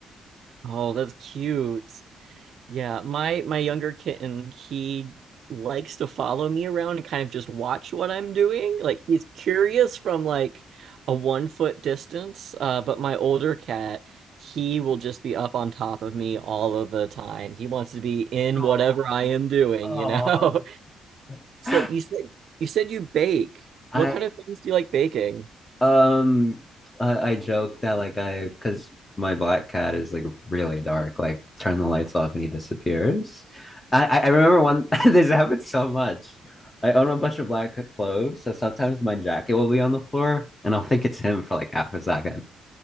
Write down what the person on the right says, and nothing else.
Oh, that's cute. Yeah, my my younger kitten, he likes to follow me around and kind of just watch what I'm doing. Like he's curious from like a one foot distance. Uh, but my older cat, he will just be up on top of me all of the time. He wants to be in
whatever I am doing,
you know? <laughs> So
you said you said you bake.
What kind of things do you like baking?